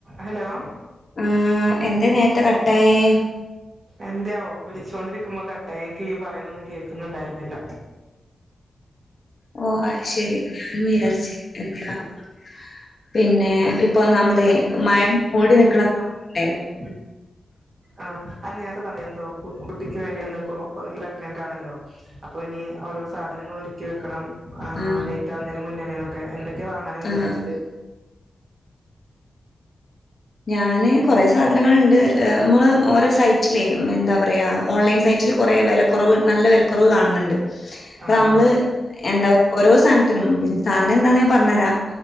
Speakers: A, on the right; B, on the left.
A: Hello
B: ആഹ് എന്തേ നേരത്തെ കട്ടായെ
A: എന്തയാവോ വിളിച്ചോണ്ടിരിക്കുമ്പോ കട്ടായി എനിക്ക് ഇയ്യ് പറയുന്നൊന്നും കേൾക്കുന്നുണ്ടായിരുന്നില്ല
B: ഓ അത് ശരി <unintelligible> പിന്നെ
A: ആ
B: ഇപ്പം ഒന്നാമതേ മഴ മൂടി നിക്കണ സമയല്ലേ
A: <inaudible> ആഹ് ആ നേർ പറഞ്ഞ എന്തോ കുട്ടിക്ക് വേണ്ടി എന്തക്കോ പ്രഗ്നന്റ് ആണല്ലോ അപ്പൊ ഇനി ഓരോ സാധനങ്ങൾ ഒരുക്കി വെക്കണം ആ
B: ആഹ്
A: ഡേറ്റാ വുന്നതിന് മുന്നേനേന്നൊക്കെ എന്തൊക്കെ വാങ്ങാനാ വിചാരിച്ചത്
B: ആഹ് ഞാന് കൊറെ സാധനങ്ങളുണ്ട് നമ്മള് ഓരോ സൈറ്റിലെ എന്താ പറയാ ഓൺലൈൻ സൈറ്റിൽ കുറെ വിലക്കുറവ് നല്ല വിലക്കുറവ് കാണുന്നുണ്ട് അപ്പ
A: ആ
B: നമ്മള്
A: ആ
B: എന്താ പറ ഓരോ സാധനത്തിനും സാധനം എന്താന്ന് ഞാൻ പറഞ്ഞ് തരാം